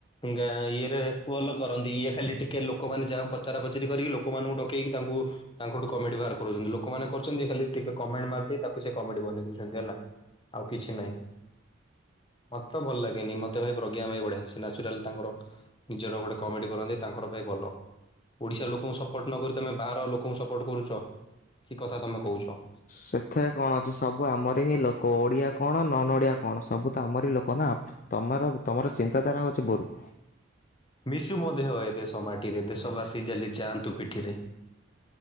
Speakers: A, on the left; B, on the left.
A: ଗା- ଇଏରେ ପୋ ଲ କରନ୍ତି ଇଏ ଖାଲି ଟିକେ ଲୋ କ ମାନେ ଯାହାକୁ ପଚରା ପଚାରି କରିକି ଲୋକମାନଙ୍କୁ ଡକେଇକି ତାଙ୍କୁ ତାଙ୍କଠୁ କମେଡି ବାହାର କରୁଚନ୍ତି ଲୋକମାନେ କରୁଚନ୍ତି ଇଏ ଖାଲି ଟିକେ କମେଣ୍ଟ ମାରିଦେଇ ତାକୁ ସେ କମେଡି ବନେଇ ଦଉଚନ୍ତି ହେଲା। ଆଉ କିଛି ନାହିଁ ମତେ ତ ଭଲ ଲାଗେନି ମ ତେ ଭାଇ ପ୍ରଜ୍ଞା ଭାଇ ବଢିଆ ସେ ନ୍ୟାଚୁରାଲ୍ ତାଙ୍କର ନିଜର ଗୋଟେ କମେଡି କରନ୍ତି ତାଙ୍କର ଭାଇ ଭଲ ଓଡ଼ିଶା ଲୋକଙ୍କୁ ସପୋର୍ଟ ନକରି ତୁମେ ବାହାର ଲୋକଙ୍କୁ ସପୋର୍ଟ କରୁଚ କି କଥା ତମେ କହୁଚ।
B: ସେଥେରେ କଣ ଅଛି। ସବୁ ଆମର ହିଁ ଲୋକ ଓଡ଼ିଆ କଣ ନନ୍ ଓଡ଼ିଆ କଣ ସବୁ ତ ଆମରି ଲୋକ ନା। ତମର ତମର ଚିନ୍ତାଧାରା ହୋଉଚି ଭୁଲ।
A: ମିଶୁ ମୋ ଦେହ ଏ ଦେଶ ମାଟିରେ ଦେଶ ବାସୀ ଚାଲି ଜାଆନ୍ତୁ ପିଠିରେ।